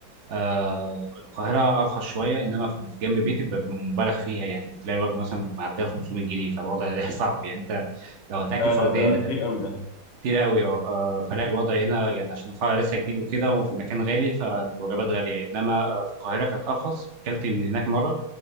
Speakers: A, on the right; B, on the left.
A: آه القاهرة أرخص شوية إنما في في جنب بيتي بيبقى مبالغ فيها يعني تلاقي الوجبة مثلا معدية 500 جنيه فالوضع <laughs> صعب يعني أنت لو هتاكل
B: لا
A: فردين
B: لا لا ده كتير قوي ده
A: كتير قوي أه آه، فلا الوضع هنا يعني عشان الفرع لسه جديد وكده وفي مكان غالي فالوجبات غالية يعني. إنما آه، في القاهرة كانت أرخص أكلت من هناك مرة